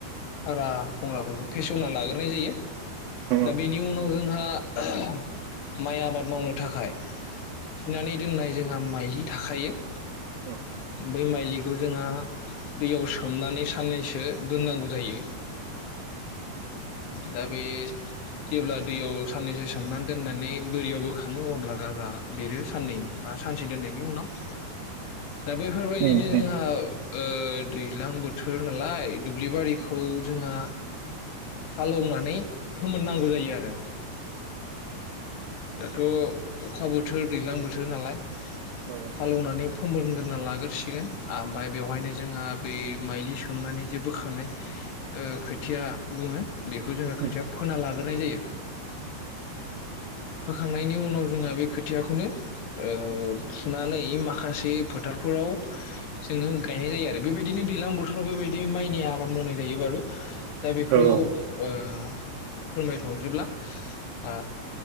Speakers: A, on the left; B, on the right.
A: हाग्रा बंग्राफोरखौ फेसेवना लाग्रोनाय जायो दा
B: औ
A: बेनि उनाव जोंहा आ माइ आबाद मावनो थाखाय थिनानै दोननाय जोंहा माइलि थाखायो
B: औ
A: बै माइलिखौ जोंहा दैयाव सोमनानै साननैसो दोननांगौ जायो दा बे जेब्ला दैयाव साननैसो सोमनानै दोननानै बोरियाव बोखाङो अब्ला गाजा बेरो साननै बा सानसे दोननायनि उनाव <inaudible> दा बैफोरबायदिनो
B: उम
A: जोंहा
B: उम
A: ओ ओ दैज्लां बोथोर नालाय दुब्लिबारिखौ जोंहा हालेवनानै फोमोननांगौ जायो आरो दाथ' अखा बोथोर दैज्लां बोथोर नालाय
B: औ
A: हाल एवनानैब फोमोरग्रोना लाग्रोसिगोन आ ओमफ्राय बेवहायनो जोंहा बै माइलि सोमनानै जे बोखांनाय ओ खोथिया बुङो। बेखौ जोङो
B: उम
A: खोथिया फोना लागोन। होनाय जायो फोखांनायनि उनाव जोंहा बे खोथियाखौनो ओ फुनानै माखासे फोथारफोराव जोङो गायनाय जायो आरो बेबायदिनो दैलां बोथोराव बेबायदि माइनि आबाद मावनाय जायो बारु दा बेखौ
B: औ औ
A: ओ फोरमायथ'जोबब्ला ओ